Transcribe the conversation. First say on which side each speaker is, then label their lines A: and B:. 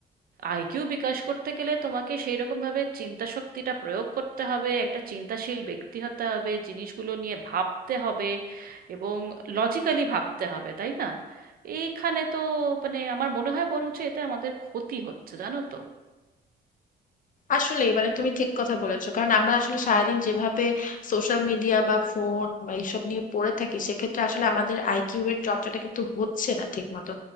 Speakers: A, on the right; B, on the left.
A: আইকিউ বিকাশ করতে গেলে তোমাকে সেই রকম ভাবে চিন্তা শক্তিটা প্রয়োগ করতে হবে একটা চিন্তাশীল ব্যক্তি হতে হবে জিনিসগুলো নিয়ে ভাবতে হবে এবং লজিক্যালি ভাবতে হবে তাই না এইখানে তো মানে আমার মনে হয় বরঞ্চ এতে আমাদের ক্ষতি হচ্ছে জানো তো
B: আসলে মানে তুমি ঠিক কথা বলেছো কারণ আমরা আসলে সারাদিন যেভাবে সোশ্যাল মিডিয়া বা ফোন বা এইসব নিয়ে পড়ে থাকি সেক্ষেত্রে আসলে আমাদের আইকিউ এর চর্চাটা কিন্তু হচ্ছে না ঠিক মতো